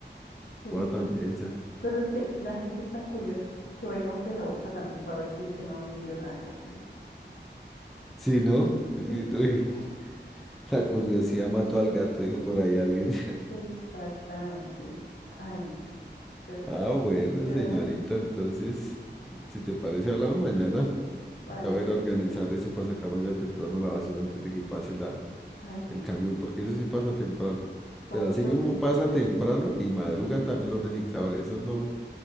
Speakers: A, in the centre; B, on the left.
A: qué
B: sí.
A: cosa tan densa.
B: Pero es que la gente es tan curiosa que va y rompe la bolsa también para ver si es que no le envió nada ya.
A: Sí, ¿no? Es
B: Sí.
A: que, uy,
B: <laughs>
A: <laughs> la curiosidad mató al gato, digo, por ahí alguien.
B: Exactamente. es- Ay, no, terrible.
A: Ah, bueno,
B: Pero
A: señorita.
B: bueno,
A: entonces, si te parece, hablamos mañana.
B: vale.
A: Ya voy a ir a organizar eso para sacar mañana temprano la basura antes de que pase la,
B: Ay,
A: el
B: sí,
A: camión, porque eso sí pasa temprano.
B: con
A: Pero
B: mucho
A: así mismo
B: juicio.
A: pasa temprano y madrugan también los recicladores, esos no,